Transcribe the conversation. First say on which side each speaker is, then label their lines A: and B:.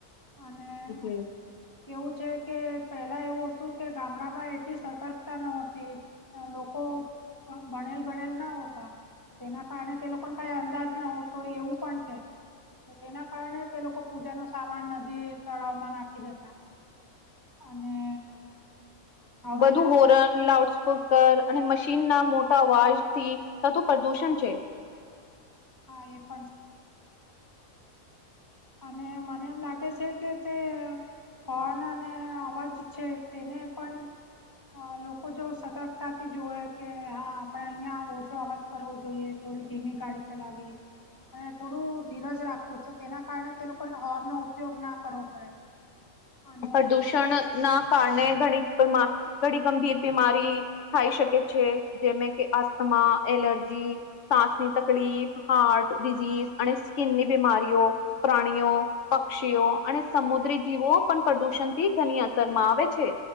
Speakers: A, on the left; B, on the left.
A: અને
B: શું કેય?
A: કેવું છે કે પહેલા એવું હતું કે ગામડામાં એટલી સતર્કતા નો હતી. અ લોકો અ ભણેલ ગણેલ નો હોતા તેના કારણે તે લોકોને કઈ અંદાજ ન હોતો એવું પણ છે. તો તેના કારણે તે લોકો પૂજાનો સામાન નદી તળાવમાં નાખી દેતા. અને હવે
B: બધું
A: જો
B: હોરન
A: સાચ
B: લાઉડ સ્પુકર અને મશીન ના મોટા અવાજ થી થતું પ્રદુષણ છે.
A: હા એ પણ છે અને મને એમ લાગે છે કે તે પવન અને અવાજ છે તેને પણ અ લોકો જો સતર્કતાથી જોવે કે હા આપણે અહિયા ઓછો અવાજ કરવો જોઈએ. થોડી ધીમી ગાડી ચલાવી અને થોડું ધીરજ રાખું તો તે કારણે તે લોકો ને હોર્ન નો ઉપયોગ ના કરવો પડે. અને
B: પ્રદૂષણ ના કારણે ઘણી બિમા ઘણી ગંભીર બીમારી થાય શકે છે જેમે કે અસ્થમા એલર્જી સાસની તકલીફ હાર્ટ ડિઝિઝ અને સ્કીનની બીમારી ઓ પ્રાણીઓ પક્ષીઓ અને સમુદ્રી જીવો પણ પ્રદુષણ થી ઘણી અસર માં આવે છે